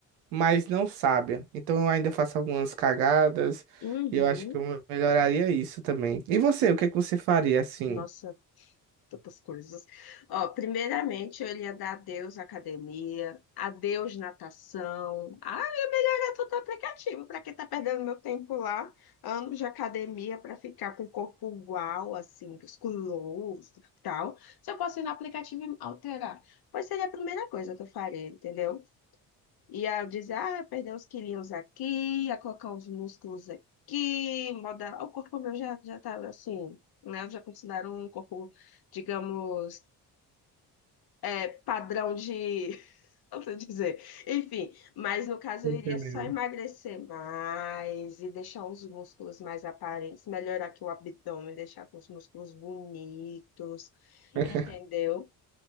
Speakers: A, on the right; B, on the left.
A: mas não sábia. Então eu ainda faço algumas cagadas
B: Uhum.
A: e eu acho que eu melhoraria isso também. E você, o que é que você faria assim?
B: Nossa, tantas coisas. Ó, primeiramente, eu iria dar adeus à academia, adeus natação, direto do aplicativo, para quem tá perdendo meu tempo lá, anos de academia para ficar com o corpo uau, assim, musculoso e tal. Se eu posso ir no aplicativo e me alterar, pois seria a primeira coisa que eu faria, entendeu? Ia dizer, ah, perder uns quilinhos aqui, ia colocar uns músculos aqui, moda... o corpo meu já, já tava assim, né? Eu já considero um corpo, digamos, é, padrão de Posso dizer. Enfim, mas no caso
A: Tô
B: eu
A: Entendendo.
B: iria só emagrecer mais e deixar uns músculos mais aparentes, melhorar aqui o abdômen, deixar com os músculos bonitos,
A: <laughs>
B: entendeu?